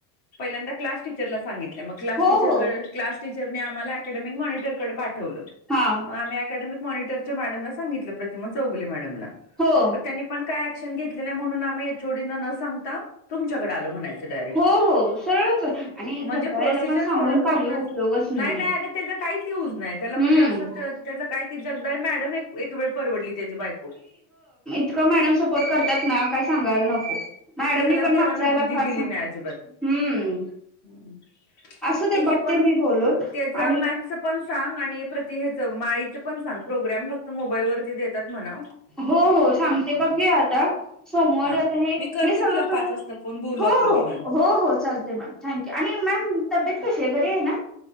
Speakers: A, on the left; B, in the centre.
A: पहिल्यांदा क्लास टीचरला सांगित तल्या मग क्लास
B: हो
A: टीचर
B: हो
A: क्लास टीचरने आम्हाला अकॅडमीक मॉनिटरकडे पाठवलं.
B: हा
A: मग आम्ही अकॅडमीक मॉनिटरच्या मॅडमला सांगितलं प्रतिमा चौगुले मॅडमला.
B: हो.
A: पण त्यांनी पण काय ऍक्शन घेतले म्हणून आम्ही एच ओ डी ना न सांगता तुमच्याकडे आलो म्हणाय च डायरेक्ट
B: हो हो सरळच आणि
A: म्हणजे
B: जगदाळेला
A: प्रोसिजर
B: पण सांगून
A: फॉलो करूनच
B: काही उपयोगच नाहीये
A: नाही नाही अगं त्याचं काहीच युज नाहीत. त्याला म्हणजे
B: हम्म
A: असं त त्याच काय ती जगदाळे मॅडम एक एक वेळ परवडली त्याची बायको.
B: तिकड मॅडम सपोर्ट करतात ना काय सांगायला नको.
A: फक्त
B: मॅडम
A: ह्याला
B: पण
A: देवानं
B: मागच्या वेळेला
A: बुद्धी
B: फार
A: दिली
B: सांग
A: नाही अजिबात.
B: हम्म.
A: हम्म.
B: असू दे
A: ते
B: बघते
A: हे पण
B: मी बोलून
A: त्याच
B: आणि
A: मॅथच पण सांग आणि प्रति हेच माळीचं पण सांग प्रोग्राम फक्त मोबाईल वरती देतात म्हणाव.
B: हो हो सांगते बघू आता सोमवार
A: हा
B: आता हे
A: मी करते
B: हे सगळं
A: तुला
B: कर
A: पाच
B: हो
A: वाजता फोन बोलू आपण निवांत.
B: हो हो. हो चालते मॅम थँक्यू आणि मॅम तब्येत कशी आहे बरी आहे ना.